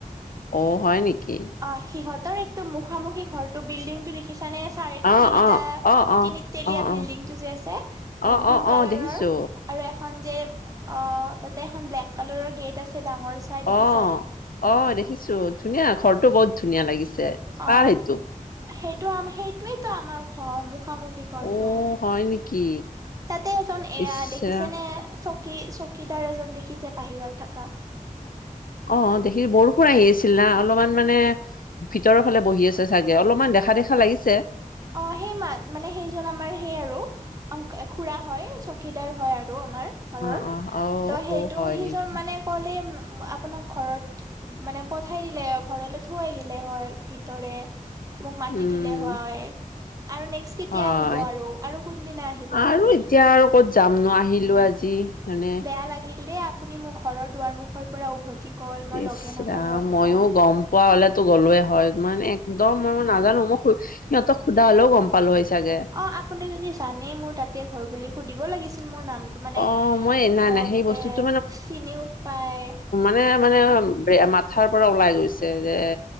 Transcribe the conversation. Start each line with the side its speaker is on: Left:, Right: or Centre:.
Left: অ' হয় নেকি?
Right: অ সিহঁতৰ একটো মুখামুখি ঘৰটো বিল্ডিংটো দেখ খিছানে চাৰে
Left: অ,
Right: তিনিটা,
Left: অ, অ, অ,
Right: তিনি তেলীয়া
Left: অ,
Right: বিল্ডিংটো
Left: অ,
Right: যে আছে এ
Left: অ,
Right: ব্লু
Left: অ,
Right: কালাৰৰ।
Left: অ, দেখিছো।
Right: আৰু এখন যে অ তাতে এখন ব্লেক কালাৰৰ গেট আছে ডাঙৰ চাই দেখিছে
Left: অ, অ দেখিছো ধুনীয়া ঘৰটো বহুত ধুনীয়া লাগিছে,
Right: অ
Left: কাৰ সেইটো?
Right: সেইটো আম সেইটোয়েতো আমাৰ ঘৰ মুখামুখি ঘৰটো
Left: অ হয় নেকি
Right: তাতে এজন এয়া
Left: ইচৰা
Right: দেখিছেনে চ কি চকীদাৰ এজন দেখিছে বাহিৰত থাকা?
Left: অ দেখি বৰষুণ আহি আছিল না অলপমান মানে ভিতৰৰফালে বহি আছে চাগে, অলপমান দেখা দেখা লাগিছে।
Right: অ সেই মা মানে সেইজন আমাৰ সেই আৰু অংক খুৰা হয়, চকীদাৰ হয় আৰু আমাৰ। ঘৰৰ।
Left: অ অ অ,
Right: ত' সেইটো
Left: অ হয়
Right: সিজন
Left: নেকি?
Right: মানে কলে আপোনাক ঘৰত মানে পঠাই দিলে, ঘৰলে থৈ আহিলে হয় ভিতৰে। মোক মাতি
Left: উম
Right: দিলে হয় আৰু নেক্স কেতিয়া
Left: হয়
Right: আহিব আৰু আৰু কোনদিনা আহিব আপুনি?
Left: আৰু এতিয়া আৰু ক'ত যাম নো আহিলো আজি মানে
Right: বেয়া লাগিল দেই আপুনি মোৰ ঘৰৰ দুৱাৰ মুখৰ পৰা উভতি গ'ল মই
Left: ইচৰাম
Right: লগে নাপালো আপোনাক।
Left: ময়ো গম পোৱা হ'লেতো গ'লোৱে হয় মানে একদম মই মই নাজানো মই হো সিহঁতক সোধা হলেও গম পালো হয় চাগে?
Right: অঁ, আপুনি যদি জানেই মোৰ তাতে ঘৰ বুলি সুধিব লাগিছিল মোৰ নাম টো মানে
Left: অ', মই নাই
Right: গোটে
Left: নাই সেই বস্তুটো
Right: চিনিও পায়।
Left: এ মানে ব্ৰে মাথাৰ পৰা ওলাই গৈছে যে।